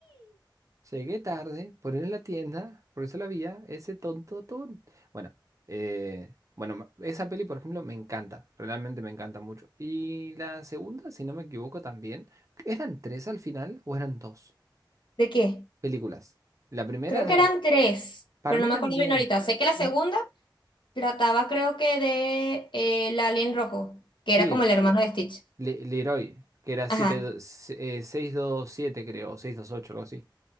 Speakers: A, on the right (about 40°); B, on the left (about 75°).
A: Llegué tarde, por ir en la tienda, por eso la vía, ese tonto atún. Bueno, eh, bueno, ma- esa peli, por ejemplo, me encanta. Realmente me encanta mucho. Y la segunda, si no me equivoco, también. ¿Eran tres al final o eran dos
B: ¿De qué?
A: películas? La primera
B: Creo
A: es
B: que
A: la.
B: eran tres,
A: Para
B: pero
A: mí
B: no me
A: también.
B: acuerdo bien ahorita. Sé que la
A: Ma-
B: segunda... Trataba creo que de eh, el alien rojo, que
A: Sí,
B: era como el hermano de Stitch.
A: Le- Leroy, que era
B: Ajá.
A: 7, eh, 627, creo, o 628, algo así.